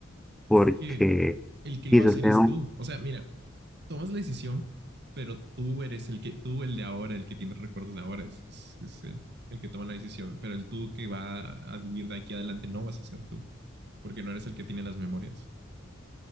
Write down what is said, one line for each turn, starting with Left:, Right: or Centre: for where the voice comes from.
Centre: porque
Right: es que el que lo
Centre: quizás
Right: va a hacer
Centre: sea
Right: es
Centre: un,
Right: tú. O sea, mira, tomas la decisión, pero tú eres el que, tú el de ahora, el que tiene recuerdos de ahora, es, es- es el, el que toma la decisión. Pero el tú que va a vivir de aquí adelante no vas a ser tú, porque no eres el que tiene las memorias. <laughs>